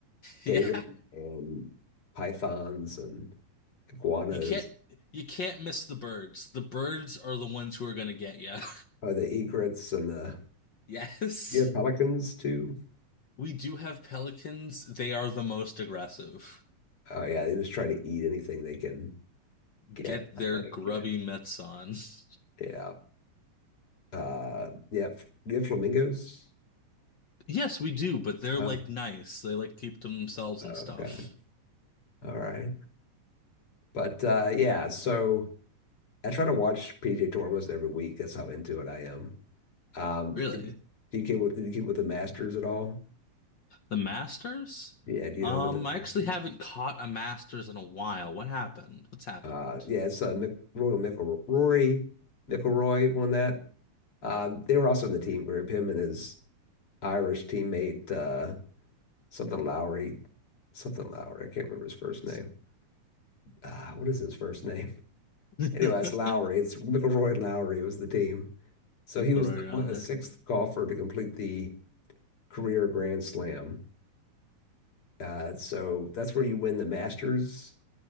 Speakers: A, on the left; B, on the left.
A: <laughs>
B: Gators
A: yeah.
B: and pythons and iguanas.
A: You can't you can't miss the birds. The birds are the ones who are going to get you. <laughs>
B: Oh, the egrets and the
A: Yes.
B: you have pelicans too.
A: We do have pelicans. They are the most aggressive.
B: Oh yeah, they just try to eat anything they can get,
A: Get their
B: I think.
A: grubby
B: Yeah.
A: mitts on. <laughs>
B: Yeah. Uh yeah. f- Do you have flamingos?
A: Yes, we do, but they're
B: Oh,
A: like nice. They like keep to themselves
B: okay.
A: and stuff.
B: All right. But uh yeah, so I try to watch PJ Tour almost every week. That's how into it I am. Um,
A: Really?
B: did you, do you keep with did you keep with the Masters at all?
A: The masters?
B: Yeah, do you
A: Um,
B: know about the Masters?
A: I actually haven't caught a masters in a while. What happened? What's happened?
B: Uh, yeah, it's uh, Nick, Rory McIlroy, Rory McIlroy won that. Uh, they were also in the team group. Him and his Irish teammate, uh, something Lowry, something Lowry. I can't remember his first name.
A: <laughs>
B: Uh, what is his first name? <laughs>
A: The
B: Anyway, it's Lowry. It's McIlroy Lowry was the team. So he
A: Coriolis.
B: was the, one of the sixth golfer to complete the career Grand Slam. Uh, so that's where you win the Masters,